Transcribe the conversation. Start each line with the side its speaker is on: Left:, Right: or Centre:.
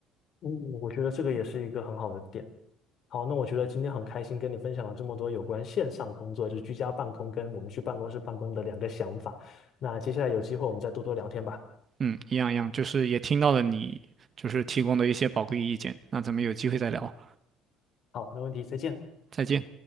Left: 嗯，我觉得这个也是一个很好的点。好，那我觉得今天很开心跟你分享了这么多有关线上工作，就是居家办公跟我们去办公室办公的两个想法。那接下来有机会我们再多多聊天吧。
Right: 嗯，一样一样，就是也听到了你就是提供的一些宝贵意见。那咱们有机会再聊，
Left: 好，没问题，再见。
Right: 再见。